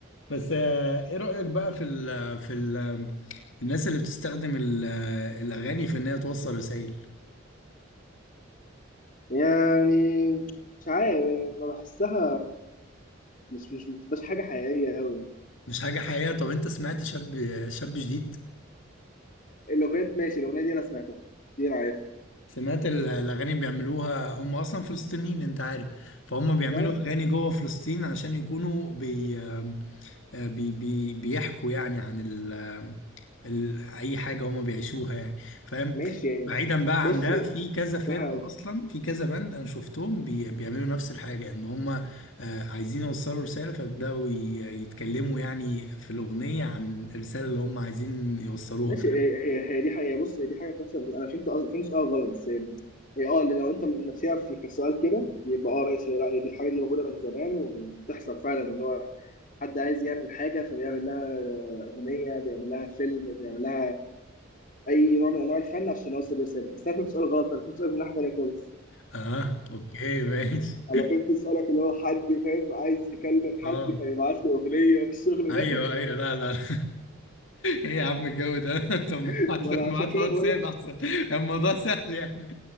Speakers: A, on the left (about 65°); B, on the left (about 40°).
A: بس آه، ايه رأيك بقى في ال في ال الناس اللي بتستخدم ال- الأغاني في إن هي توصل رسائل
B: يعني مش عارف يعني ما بحسها مش مش بتبقاش حاجة حقيقية أوي يعني
A: مش حاجة حقيقية طب انت سمعت شاب شاب جديد
B: الأغنية ماشي الأغنية دي أنا سمعتها دي أنا عارفها
A: سمعت ال- الأغاني بيعملوها هم أصلا فلسطينيين انت عارف فهم بيعملوا
B: أه
A: أغاني جوه فلسطين عشان يكونوا بي آه، بي بي بيحكوا يعني عن ال ال أي حاجة هم بيعيشوها يعني فاهم
B: ماشي يعني
A: بعيدا بقى
B: بص
A: عن ده في كذا فرقة
B: صح
A: أصلا في كذا بند أنا شفتهم بي بيعملوا نفس الحاجة إن هم آه، عايزين يوصلوا رسالة فبدأوا ي- يتكلموا يعني في الأغنية عن الرسالة اللي هم عايزين يوصلوها
B: ماشي
A: فاهم
B: هي هي هي دي حقيقة بص هي دي حاجة بتحصل بس أنا فهمت قصد- فهمت سؤال غلط بس يعني هي اه اللي لو أنت ماشيها في كسؤال كده يبقى اه ماشي لا هي دي الحاجة دي موجودة من زمان وبتحصل فعلا إن هو حد عايز يعمل حاجة فبيعمل لها أغنية بيعمل لها فيلم بيعمل لها أي نوع من أنواع الفن عشان يوصل رسالة بس أنا فهمت سؤال غلط أنا فهمت سؤال من ناحية تانية خالص
A: اه اوكي ماشي
B: أنا فهمت سؤالك اللي هو حد فاهم عايز يكلم حد
A: اه
B: فيبعت له أغنية والشغل
A: ايوه
B: ده
A: ايوه لا لا <laughs> ايه يا عم الجو ده <laughs> طب ما
B: <laughs>
A: ابعت
B: وأنا
A: له ما
B: عشان
A: ابعت
B: كده
A: له واتساب
B: بقول لك
A: احسن الموضوع سهل يعني